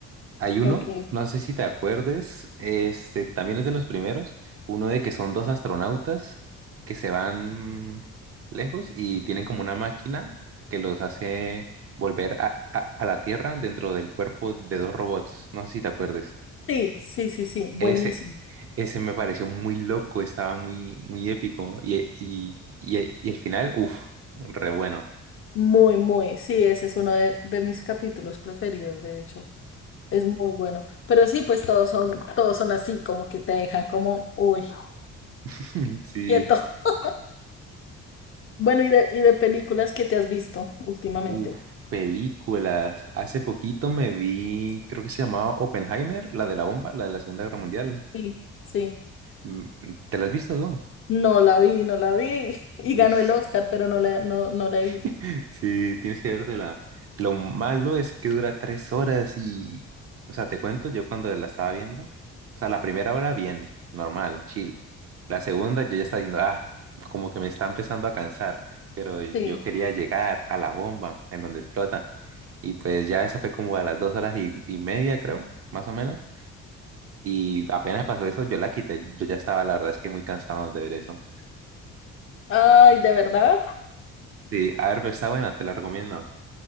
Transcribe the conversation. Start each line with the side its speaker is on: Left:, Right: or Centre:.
Right: Hay uno,
Left: ok.
Right: no sé si te acuerdes, este también es de los primeros, uno de que son dos astronautas que se van lejos y tienen como una máquina que los hace volver a, a- a la Tierra dentro del cuerpo de dos robots, no sé si te acuerdes.
Left: Sí, sí, sí, sí, buenísimo.
Right: Ese, ese me pareció muy loco, estaba muy, muy épico y, y, y, y el final, uff, re bueno.
Left: Muy, muy, sí, ese es uno de, de mis capítulos preferidos, de hecho. Es muy bueno. Pero sí, pues todos son, todos son así, como que te dejan como, uy,
Right: <laughs> Sí.
Left: quieto. <laughs> Bueno, y de, y de películas que te has visto últimamente.
Right: Uf, películas. Hace poquito me vi, creo que se llamaba Oppenheimer, la de la bomba, la de la Segunda Guerra Mundial.
Left: Sí, sí.
Right: Mm, ¿Te la has visto, no?
Left: No la vi, no la vi. <laughs> Y
Right: Uy,
Left: ganó
Right: sí.
Left: el Oscar, pero no la, no, no la he visto.
Right: <laughs> Sí, tienes que vértela. Lo malo es que dura tres horas y, o sea, te cuento, yo cuando la estaba viendo, o sea, la primera hora bien, normal, chill. La segunda yo ya estaba diciendo, ah, como que me está empezando a cansar, pero yo
Left: Sí.
Right: quería llegar a la bomba en donde explota. Y pues ya eso fue como a las dos horas y, y media, creo, más o menos. Y apenas pasó eso, yo la quité. Yo ya estaba, la verdad es que muy cansado de ver eso.
Left: Ay, ¿de verdad?
Right: Sí, a ver, pero está buena, te la recomiendo.